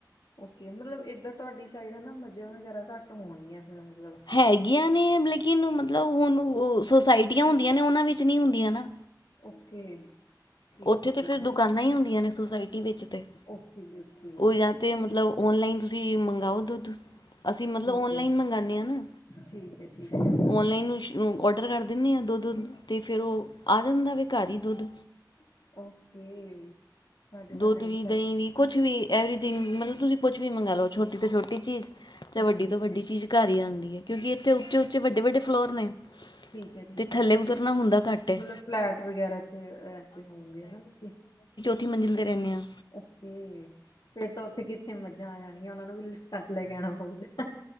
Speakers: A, on the left; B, on the left.
A: ਓਕੇ, ਮਤਲਬ ਇੱਧਰ ਤੁਹਾਡੀ ਸਾਈਡ ਹੈ ਨਾ ਮੱਝਾਂ ਵਗੈਰਾ ਘੱਟ ਹੋਣਗੀਆਂ। ਫਿਰ ਮਤਲਬ
B: ਹੈਗੀਆਂ ਨੇ, ਲੇਕਿਨ ਮਤਲਬ ਹੁਣ ਉਹ ਸੁੋਸਾਇਟੀਆਂ ਹੁੰਦੀਆਂ ਨੇ ਉਹਨਾਂ ਵਿੱਚ ਨਹੀਂ ਹੁੰਦੀਆਂ ਨਾ।
A: ਓਕੇ। ਠੀਕ
B: ਉੱਥੇ
A: ਹੈ
B: ਤੇ
A: ਠੀਕ
B: ਫੇਰ
A: ਹੈ
B: ਦੁਕਾਨਾਂ ਹੀ ਹੁੰਦੀਆਂ ਨੇ। ਵਿਚ ਤੇ
A: ਓਕੇ ਜੀ ਓਕੇ
B: ਹੋ ਜਾਂਦੇ ਮਤਲਬ ਔਨਲਾਈਨ। ਤੁਸੀਂ ਮੰਗਵਾਓ ਦੁੱਧ, ਅਸੀਂ ਮਤਲਬ
A: ਠੀਕ
B: ਔਨਲਾਈਨ
A: ਹੈ
B: ਮੰਗਵਾਉਂਦੇ ਹਾਂ ਨਾ,
A: ਠੀਕ ਹੈ ਠੀਕ ਹੈ
B: ਔਨਲਾਈਨ ਇਸਨੂੰ ਆਰਡਰ ਕਰ- ਦਿੰਦੇ ਹਾਂ। ਦੁੱਧ ਤੇ ਫਿਰ ਉਹ ਆ ਜਾਂਦਾ ਵਾ ਘਰ ਹੀ ਦੁੱਧ।
A: ਓਕੇ। ਸਾਡੇ ਤਾਂ
B: ਦੁੱਧ
A: ਨਹੀਂ
B: ਵੀ,
A: ਸਾ
B: ਦਹੀਂ ਵੀ, ਕੁਛ ਵੀ ਐਵਰੀ- ਥਿੰਗ ਮਤਲਬ ਤੁਸੀਂ ਕੁਛ ਵੀ ਮੰਗਾ ਲਓ, ਛੋਟੀ ਤੋਂ ਛੋਟੀ ਚੀਜ਼। ਤੇ
A: ਓਕੇ
B: ਵੱਡੀ ਤੋਂ
A: ਓਕੇ
B: ਵੱਡੀ ਚੀਜ਼ ਘਰ ਹੀ ਆਉਂਦੀ ਏ। ਕਿਉਂਕਿ ਇੱਥੇ ਉੱਚੇ-ਉੱਚੇ ਵੱਡੇ-ਵੱਡੇ ਫਲੋਰ ਨੇ।
A: ਠੀਕ ਹੈ,
B: ਅਤੇ
A: ਠੀਕ ਹੈ।
B: ਥੱਲੇ ਉਤਰਨਾ ਹੁੰਦਾ ਘੱਟ ਹੈ
A: ਮਤਲਬ ਫਲੈਟ ਵਗੈਰਾ ਚ ਰਹਿਦੇ ਹੋਵੋਗੇ ਨ ਤੁਸੀ।
B: -ਥੀ ਮੰਜ਼ਿਲ ਤੇ ਰਹਿਦੇ ਹਾਂ।
A: ਓਕੇ, ਫੇਰ ਤਾਂ ਉੱਥੇ ਕਿੱਥੇ ਮੱਝਾਂ ਆ ਜਾਣੀਆ। ਉਹ ਨੂੰ ਵੀ ਚੱਕ ਕੇ ਲੈ ਆਣਾ ਪਊਗਾ।